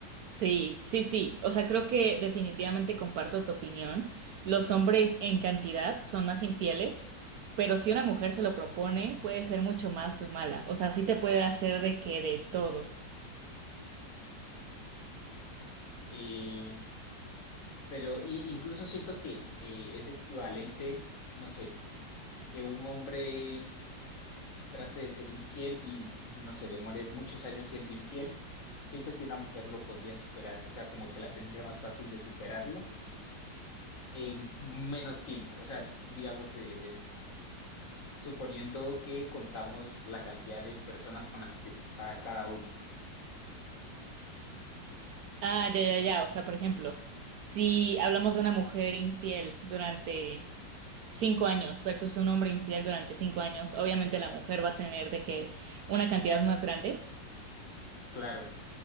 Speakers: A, on the right; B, on the left.
A: Sí, sí, sí. O sea, creo que definitivamente comparto tu opinión. Los hombres en cantidad son más infieles, pero si una mujer se lo propone, puede ser mucho más mala. O sea, sí te puede hacer de que de todo.
B: Eh, pero y- incluso siento que eh, es equivalente, no sé, que un hombre trate de ser infiel y, no sé, demore muchos años siendo infiel. Siento que una mujer lo podría superar, o sea, como que la tendría más fácil de superarlo en menos tiempo. O sea, digamos, eh, suponiendo que contamos la cantidad de personas con las que está cada uno.
A: Ah, ya, ya, ya. O sea, por ejemplo, si hablamos de una mujer infiel durante cinco años versus un hombre infiel durante cinco años, obviamente la mujer va a tener de que una cantidad más grande.
B: Claro,